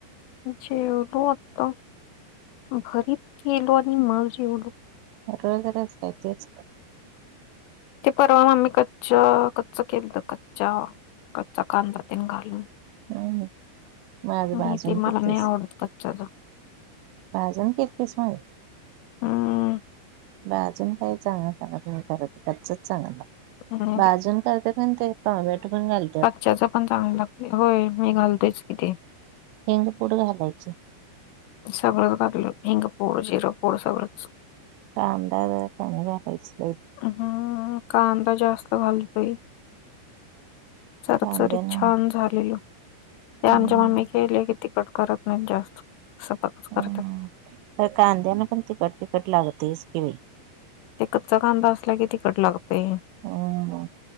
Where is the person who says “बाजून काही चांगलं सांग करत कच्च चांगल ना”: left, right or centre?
Right